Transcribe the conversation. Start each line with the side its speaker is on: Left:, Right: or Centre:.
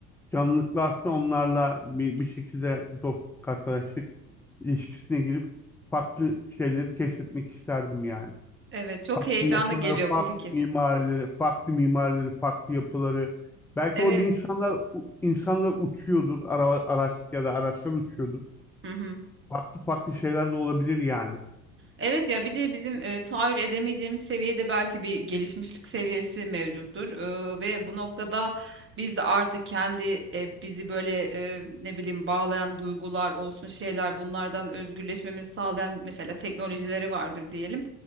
Centre: canlılık varsa onlarla bir, bir şekilde dostluk, arkadaşlık ilişkisine girip farklı şeyleri keşfetmek isterdim yani.
Right: Evet, çok
Centre: farklı
Right: heyecanlı
Centre: yapıları,
Right: geliyor
Centre: farklı
Right: bu fikir.
Centre: mimarileri, farklı mimarileri, farklı yapıları. Belki
Right: Evet.
Centre: orada insanlar insanlar uçuyordur, araba, araç ya da araçlar uçuyordur.
Right: Hı hı.
Centre: Farklı farklı şeyler de olabilir yani.
Right: Evet ya bir de bizim e, tahayyül edemeyeceğimiz seviyede belki bir gelişmişlik seviyesi mevcuttur. E, ve bu noktada biz de artık kendi e, bizi böyle e, ne bileyim bağlayan duygular olsun şeyler bunlardan özgürleşmemizi sağlayan mesela teknolojileri vardır diyelim.